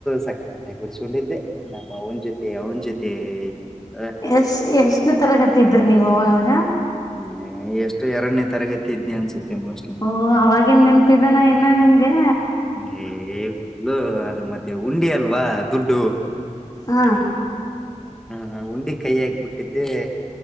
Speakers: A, in the centre; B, on the left.
A: ಸಕ್ಕತ ಗುಡಿಸಕೊಂಡಿದ್ದೆ ನಮ್ಮ ಅವನ ಜೊತೆ ಅವನ ಜೊತೆಯ್ಯಯ್ಯ
B: ಎಸ್ ಎಸ್ ಇನ್ನ ತರಗತ ಇದ್ರೀ ನೀವು ಅವಾಗಾಗ
A: ಹ್ಮ ಎಷ್ಟು ಎರಡನೇ ತರಗತಿ ಇದ್ದಿ ಅನ್ಸುತ್ತೆ ಮೋಸ್ಟ್ಲಿ
B: ಓಹ ಅವವಾಗಿನ್ ನೆನ್ಪಿದನ ಇನ್ನ ನಿಮ್ಗೆ
A: ಹೇ ಫುಲ್ಲ ಅದು ಮತ್ತೆ ಉಂಡಿ ಅಲ್ವಾ ದುಡ್ಡು
B: ಹ
A: ಹ ಉಂಡಿ ಕೈ ಹಾಕ್ ಬಿಿಟ್ಟಿದ್ದೆ